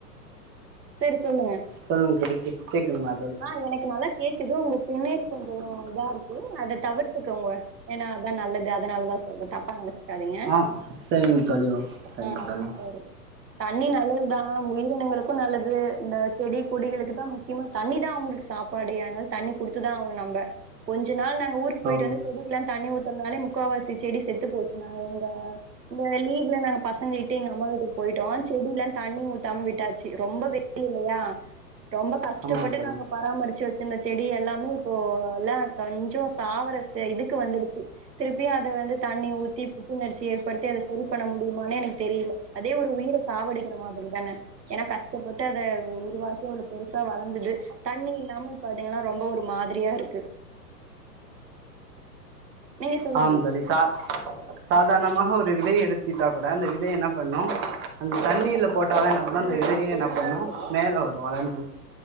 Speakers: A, on the right; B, on the right.
A: செரி சொல்லுங்க
B: சொல்லுங்க படி கேக்குதுங்ளா
A: ஆ எனக் நல்லா கேக்குது உங்க பின்னாடி கொஞ்சோ இதா இருக்கு அத தவிர்த்துதங்க உங்க ஏனா அத்தா நல்லது அதனாலதா சொல்ற தப்பா நெனச் த்தாதிங்க
B: ஆ சரிங்க தோழி ஓகே சரிங்க
A: ஆ
B: தோழி
A: சரி தண்ணி நல்லது தா உயிரினங்களுக்கு நல்லது இந்த செடி குடிகளுக்கு தா முக்கியமா தண்ணி தா அவுங்ளுக்கு சாப்பாடே அதனால தண்ணி குடுத்துதா ஆவுனு நம்ப கொஞ்ச நாள் நாங்க ஊருக் போயிட்டு
B: ஆ
A: வந்து செடிக்லா தண்ணி ஊத்தனாலே முக்காவாசி செடி செத்து போச்சி நாங்க இந்த லீவ்ல நாங்க பசங்க கிட்டே எங்க அம்மா வீட்டுக்கு போயிட்டோ செடி எல்லா தண்ணி ஊத்தாம விட்டாச்சி ரொம்ப வெ இல்லயா ரொம்ப கஷ்டப்பட்டு
B: ஆமாங்க தோழி
A: நாங்க பராமரிச்சி வச்சு இந்த செடி எல்லாமே இப்போ எல்லா கொஞ்ஜோ சாவர இதுக்கு வந்துடுச்சி திருப்பியு அத வந்து தண்ணி ஊத்தி புத்துணரிச்சி ஏற்படுத்தி அத சரி பண்ண முடியுமானே எனக்கு தெரியல அதே ஒரு உயிர சாவடிக்கிற மாதிரி தன ஏனா கஷ்டப்பட்டு அத உருவாக்கி அவ்ளோ பெருசா வளந்து க்து தண்ணி இல்லாம இப்ப அதுங்லா ரொம்ப ஒரு மாதிரியாருக்கு நீங்க சொல்லுங்க
B: ஆ தலி சா சாதாரணமாக ஒரு விதை எடுத்திட்டா கூட அந்த விதை என்னா பண்ணு அந்த தண்ணீல போட்டாலா என்ன பண்ணு அந்த விதை என்ன பண்ணு மேல வரு அத வந்து